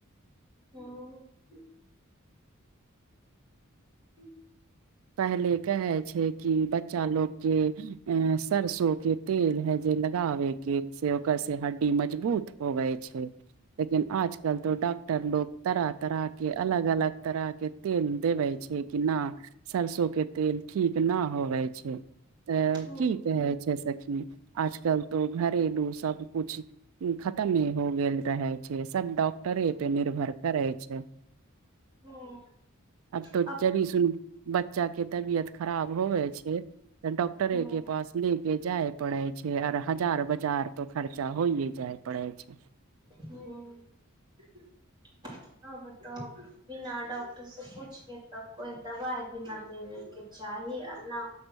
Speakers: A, on the right; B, on the right.
A: ह <inaudible>
B: पहिले कहे छै कि बच्चा लोग के अ सरसो के तेल है जे लगाबे के से ओकर से हड्डी मजबूत होवै छै लेकिन आज चलतौ डॉक्टर लोग तरह तरह के अलग अलग तरह के तेल देबे छै कि नहि सरसो के तेल ठीक न होवे छै तऽ
A: हूँ
B: की कहै छै सँ खी आजकल तो घरेलू सबकुछ खतमे हो गेल रहै छै सभ डॉक्टरे पे निर्भर करै छै
A: हूँ
B: आब त
A: अब
B: <unintelligible> सुन बच्चा के तबियत खराब होवे छै तऽ डॉक्टरे
A: हूँ
B: के पास ले के जाय पड़े छै आऔर हजार बजार तो खर्चा होइए जाय पड़े छै
A: <unintelligible>
B: <inaudible>
A: ना बतओ बिना डॉक्टर से पूछके तऽ कोइ दबाइ बिना देबे के चाही आ न